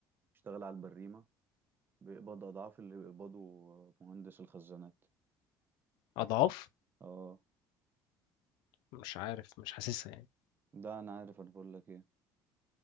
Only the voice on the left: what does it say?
اضعاف
مش عارف مش حاسسها يعني